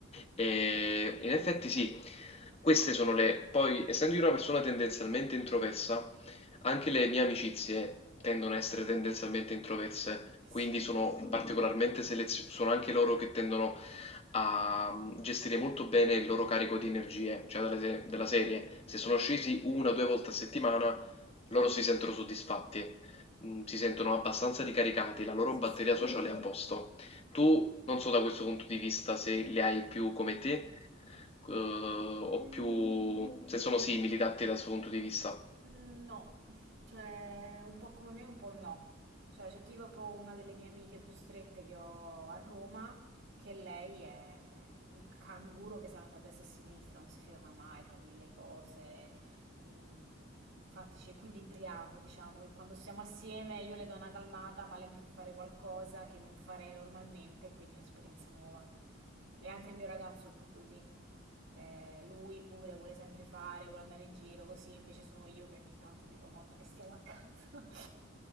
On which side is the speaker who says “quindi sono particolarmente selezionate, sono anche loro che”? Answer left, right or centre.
Left